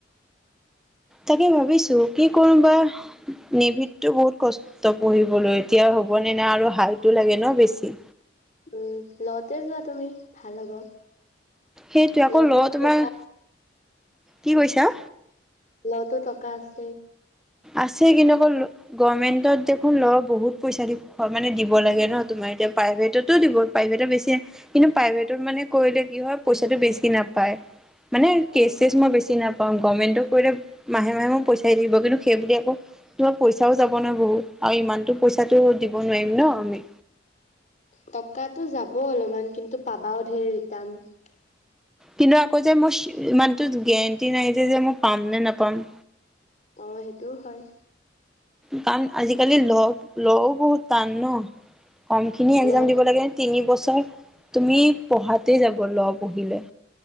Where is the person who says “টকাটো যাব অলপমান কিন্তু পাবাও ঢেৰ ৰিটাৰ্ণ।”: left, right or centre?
Left